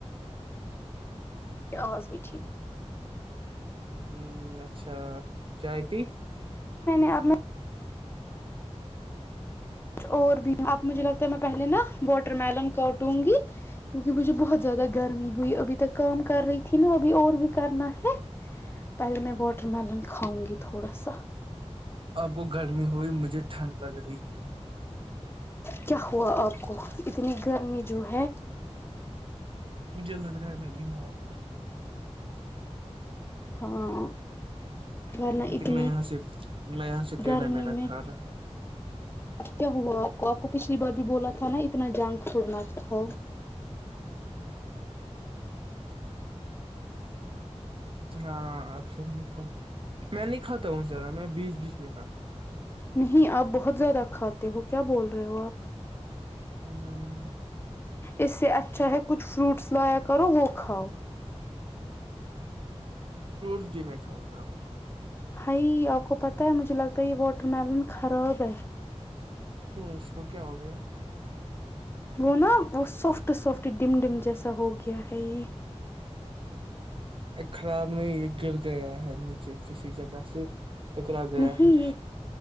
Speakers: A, on the left; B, on the right.
A: آس بھی ٹھیک
B: ہوں اچھا چائے پی
A: آ کچھ اور بھی اب مجھے لگتا ہے میں پہلے نا واٹر میلن کاٹوں گی کیونکہ مجھے بہت زیادہ گرمی ہوئی ابھی تک کام کر رہی تھی نا ابھی اور بھی کرنا ہے پہلے میں واٹر میلن کھاؤں گی تھوڑا سا
B: آپ کو گرمی ہوئی مجھے ٹھنڈ لگ رہ جی
A: کیا ہوا آپ کو اتنی گرمی جو ہے
B: اجے نگر ہے ن جما ہو
A: ہاں ورنہ
B: لیکن
A: اتنی
B: میں یہاں سے میں یہاں سے ٹٹیھا
A: گرمی
B: میھا
A: میں
B: کھا رہا ہوں
A: کیا ہوا آپ کو آپ کو پچھلی بار بھی بولا تھا نا اتنا جانگ چھوڑنا تھا
B: ہاں آپ سے کا میں نہیں کھاتا ہوں ذرا میں بیس بیچ میں کھاتا
A: نہیں اب بہت ت زیادہ کھاتے ہو کیا بول رہے رروپ
B: ہوں
A: اس سے اچھا ہے کچھ فروٹس لایا کرو وہ کھاؤ
B: فروٹس بھی میں کھاتا ہوں
A: ہائی آپ کو پتا ہے مجھے لگتا ہے یہ واٹر ملن خراب ہے
B: کیوں اس کو کیا ہو گیا
A: وہ نا وہ سافٹ سافٹ ڈم ڈم جیسا ہو گیا ہے یہ
B: ا خراب میں گر گیا ہے نیچے کسی جگہ سے پکرا گیا
A: نہیں
B: ہے
A: یہ